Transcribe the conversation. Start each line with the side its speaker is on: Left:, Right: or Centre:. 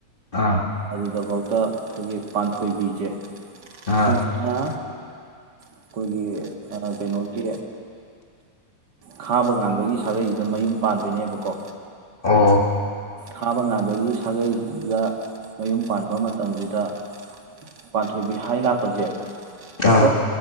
Left: ꯑꯥ
Right: ꯑꯗꯨꯗꯐꯥꯎ ꯇ ꯑꯩꯈꯣꯏꯒꯤ ꯄꯥꯟꯊꯣꯏꯕꯤꯁꯦ
Left: ꯑꯥ
Right: ꯁꯤꯒꯤꯅ ꯑꯩꯈꯣꯏꯒꯤ ꯀꯩꯅꯣꯒꯤ ꯈꯥꯕ ꯉꯥꯟꯕꯒꯤ ꯁꯥꯒꯩꯗꯨꯗ ꯃꯌꯨꯝ ꯄꯥꯟꯗꯣꯏꯅꯦꯕꯀꯣ
Left: ꯑꯣ
Right: ꯊꯥꯕ ꯉꯥꯟꯕꯒꯤ ꯁꯥꯒꯩꯁꯤꯗ ꯃꯌꯨꯝ ꯄꯥꯟꯕ ꯃꯇꯝꯁꯤꯗ ꯄꯥꯟꯊꯣꯏꯕꯤ ꯍꯥꯏ ꯂꯥꯛꯄꯁꯦ
Left: ꯑꯥ
Right: ꯑꯗꯣ